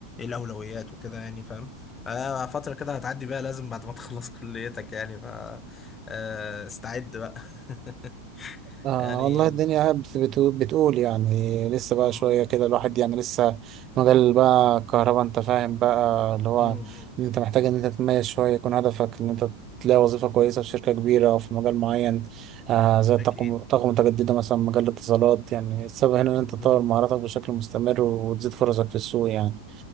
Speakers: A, on the left; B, on the right.
A: الاولويات وكده يعني فاهم آه فترة كده هتعدي بقى لازم بعد ما <laughs> تخلص كليتك يعني ف آه، استعد بقى <laughs>
B: آه
A: يعني
B: والله الدنيا قاعد بت- بتقول, بتقول يعني لسه بقى
A: مم.
B: شوية كده الواحد يعني لسه مجال بقى الكهرباء انت فاهم بقى اللي هو
A: مم.
B: ان انت محتاج ان انت تتميز شوية يكون هدفك ان انت تلاقي وظيفة كويسة في شركة كبيرة أو في مجال معين آه زي الطاقة
A: اكيد
B: الطاقة المتجددة مثلا مجال الاتصالات يعني السبب هنا إن أنت
A: مم.
B: تطور مهاراتك بشكل مستمر وتزيد فرصك في السوق يعني